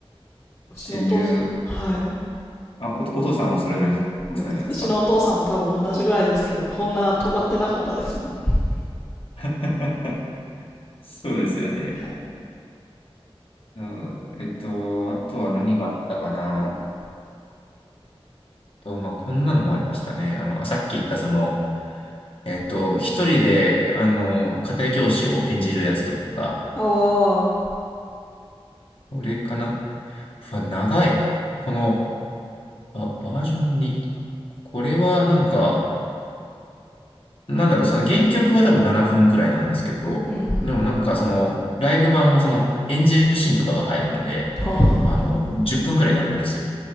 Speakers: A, on the left (about 25°); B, on the left (about 65°).
A: うちのお父さん。
B: ていう。
A: はい。
B: あ、お、お父さんはそれぐらいのお世代なんですか
A: いやううちのお父さんも多分同じぐらいですけど、こんな尖ってなかったですもん。<laughs>
B: <laughs> そうですよね。
A: はい。
B: うん。えっと、あとは何があったかな。
A: は
B: と、まあ、こんなのもありましたね。あの、さっき言ったその、えっと、一人で、あの、家庭教師を演じるやつとか、
A: ああ、
B: これかな。うわ長い。このバ、バージョン2。これはなんか、なんだろう、その原曲は多分7分くらいなんですけど、
A: うんうん。
B: でもなんかその、ライブ版もその演じるシーンとかが入るので、
A: ああ、
B: あの、10分くらいになるんですよ。